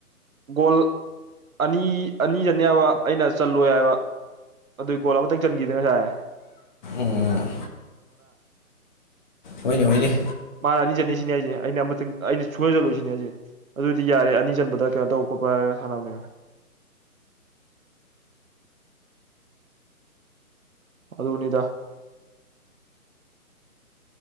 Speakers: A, on the right; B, on the left.
A: ꯒꯣꯜ ꯑꯅꯤ ꯑꯅꯤ ꯆꯅꯤꯕ ꯑꯩꯅ ꯆꯜꯂꯣꯏ ꯍꯥꯏꯕ ꯑꯗꯨꯏ ꯒꯣꯜ ꯑꯃꯇꯪ ꯆꯟꯈꯤꯗꯅ ꯉꯥꯁꯥꯏ
B: ꯎꯝ ꯍꯣꯏꯅꯦ ꯍꯣꯏꯅꯦ
A: ꯃꯥꯅ ꯑꯅꯤ ꯆꯟ ꯁꯤꯅꯦ ꯍꯥꯏꯁꯦ ꯑꯩꯅ ꯑꯃꯇꯪ ꯑꯩꯅ ꯁꯨꯅ ꯆꯜꯂꯨꯁꯤꯅꯦ ꯍꯥꯏꯁꯦ ꯑꯗꯨꯗꯤ ꯌꯥꯔꯦ ꯑꯅꯤ ꯆꯟꯕꯗ ꯀ ꯇꯧ ꯈꯠꯄ ꯍꯥꯏꯔꯒ ꯁꯥꯟꯅꯦꯕ ꯑꯗꯨꯗꯅꯤꯗ